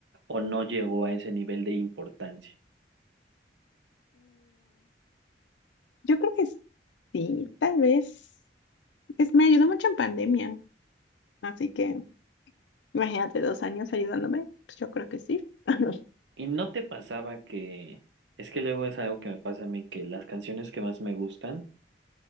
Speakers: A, on the right; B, on the left.
A: ¿O no llegó a ese nivel de importancia?
B: Yo creo que sí, tal vez. Es, me ayudó mucho en pandemia, así que imagínate dos años ayudándome, pues yo creo que sí. <laughs>
A: ¿Y no te pasaba que... Es que luego es algo que me pasa a mí, que las canciones que más me gustan,